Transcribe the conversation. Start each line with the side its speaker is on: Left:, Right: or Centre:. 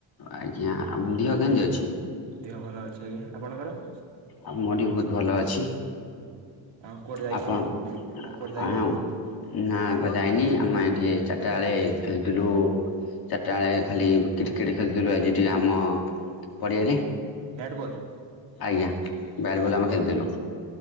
Left: ଆଜ୍ଞା ଆ ଦିହ କେମିତି ଅଛି?
Right: ଦେହ ଭଲ ଅଛି ଆଜ୍ଞା। ଆପଣଙ୍କର?
Left: ଆଉ ମୋରି ବି ବହୁତ ଭଲ ଅଛି।
Right: ଆଉ କୁଆଡ଼େ ଯାଇଥିଲେ
Left: ଆପଣ
Right: ନା କୁଆଡ଼େ ଯାଇନାହାନ୍ତି
Left: ଆ ନା ବ ଯାଇନି ଆମେ ଟିକେ ଚାରିଟା ବେଳେ ଖେଳଥିଲୁ ଚାରିଟା ବେଳେ ଖାଲି କ୍ରିକେଟ ଖେଳିୁଥିଲୁ ଆଜି ଟିକେ ଆମ ପଡିଆରେ।
Right: Bat ball?
Left: ଆଜ୍ଞା। ବ୍ୟାଟ୍ ବଲ୍
Right: ଅ
Left: ଆମେ
Right: ଭଲ
Left: ଖେଳିଥିଲୁ